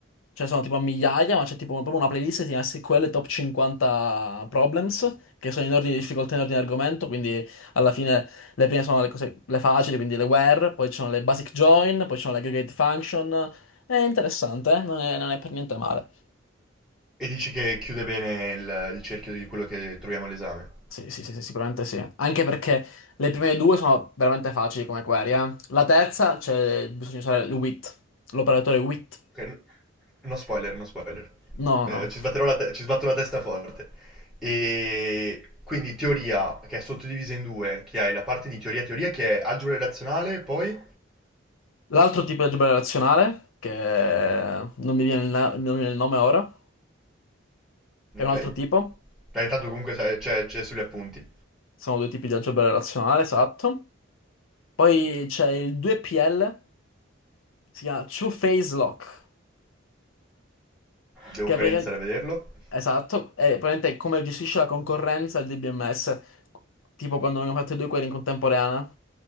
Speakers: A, on the left; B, in the centre.
A: Cioè sono tipo a migliaia, ma c'è tipo proprio una playlist che si chiama SQL Top 50 Problems, che sono in ordine di difficoltà, in ordine di argomento, quindi alla fine le prime sono le cose, le facili, quindi le where, poi ci sono le basic join, poi ci sono le aggregate function. È interessante, eh? Non è, non è per niente male.
B: e dici che chiude bene il, il cerchio di quello che troviamo all'esame.
A: Sì, sì, sì, sì, sicuramente sì. Anche perché le prime due sono veramente facili come query, eh. La terza, c'è bisogna usare il with, l'operatore with.
B: Ok, No spoiler, no spoiler.
A: No,
B: Eh,
A: no, no.
B: ci sbatterò la te- ci sbatto la testa forte. E quindi teoria, che è sottodivisa in due, che hai la parte di teoria teoria, che è algebra relazionale, poi...
A: L'altro tipo di algebra relazionale, che non mi viene il, na- non mi viene il nome ora, è
B: Ok?
A: un altro tipo.
B: Dai, tanto comunque sai- c'è, c'è sugli appunti.
A: Sono due tipi di algebra relazionale, esatto. Poi c'è il 2PL, si chiama Two Phase Lock,
B: Devo
A: che
B: ancora
A: è praticamente...
B: iniziare a vederlo.
A: Esatto, è praticamente come gestisce la concorrenza il DBMS, tipo quando abbiamo fatto i due query in contemporanea,